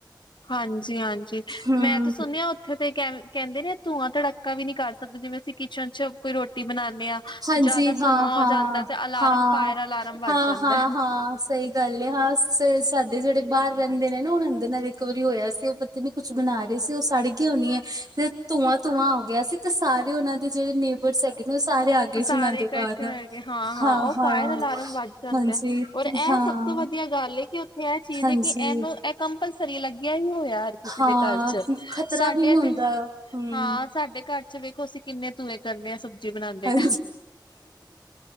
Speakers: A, on the left; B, on the right.
A: ਹਾਂਜੀ ਹਾਂਜੀ
B: ਹਮ
A: ਮੈਂ ਤਾਂ ਸੁਣਿਆ ਉੱਥੇ ਤੇ ਕ ਕਹਿੰਦੇ ਨੇ ਧੂੰਆਂ ਧੜਾਕਾ ਵੀ ਨੀ ਕਰ ਸਕਦੇ ਜਿਵੇਂ ਅਸੀਂ ਕਿਚਨ ਚ ਕੋਈ ਰੋਟੀ ਬਣਾਨੇ ਆ
B: ਹਾਂਜੀ।
A: ਤੇ ਜ਼ਿਆਦਾ ਧੂੰਆਂ
B: ਹਾਂ
A: ਹੋ
B: ਹਾਂ
A: ਜਾਂਦਾ ਤੇ ਅਲਾਰਮ
B: ਹਾਂ।
A: ਫਾਇਰ ਅਲਾਰਮ ਵੱਜ
B: ਹਾਂ
A: ਜਾਂਦਾ
B: ਹਾਂ ਹਾਂ। ਸਹੀ ਗੱਲ ਹੈ ਹਾਂ ਸਾਡੇ ਜਿਹੜੇ ਬਾਹਰ ਰਹਿੰਦੇ ਨੇ ਨਾ ਉਹਣ ਅੰਦਰ ਨਾਲ ਰਿਕਵਰੀ ਹੋਇਆ ਸੀ। ਉਹ ਪਤਾ ਨੀ ਕੁਛ ਬਣਾ ਰਹੇ ਸੀ। ਉਹ ਸੜ ਗਈ ਹੋਣੀ ਹੈ ਤੇ ਧੂੰਆ ਧੂੰਆਂ ਆ ਗਿਆ ਸੀ ਤੇ ਸਾਰੇ ਉਹਨਾਂ ਦੇ ਜਿਹੜੇ ਨੇਬਰ ਹੈਗੇ ਨੇ ਉਹ ਸਾਰੇ ਆ ਗਏ ਸੀ
A: ਸਾਰੇ
B: ਉਹਨਾਂ
A: ਇਕੱਠ
B: ਦੇ ਘਰ
A: ਹੋਗੇ ਹਾਂ ਹਾਂ
B: ਹਾਂ-ਹਾਂ,
A: ਉਹ ਫਾਇਰ ਅਲਾਰਮ ਵੱਧ ਜਾਂਦੇ
B: ਹਾਂਜੀ,
A: ਔਰ ਇਹ
B: ਹਾਂ,
A: ਸਭ ਤੋਂ ਵਧੀਆ ਗੱਲ ਕਿ ਉੱਥੇ ਇਹ ਚੀਜ਼
B: ਹਾਂਜੀ।
A: ਹੈ ਕਿ ਇਹਨੂੰ ਇਹ ਕੰਪਲਸਰੀ ਲੱਗਿਆ ਹੀ ਹੋਇਆ ਯਰ ਕਿਸੇ
B: ਹਾਂ,
A: ਦੇ ਘਰ ਚ
B: ਖ਼ਤਰਾ
A: ਸਾਡੇਥ
B: ਵੀ ਨੀ ਹੁੰਦਾ, ਹੂੰ।
A: ਹਾਂ ਸਾਡੇ ਘਰ ਵਿੱਚ ਵੇਖੋ ਸੀਂਨੇ ਤੂਏ ਕਰਦੇ ਹਾਂ ਸਬਜੀ ਬਣਾਉਦੇ
B: ਹਾਂ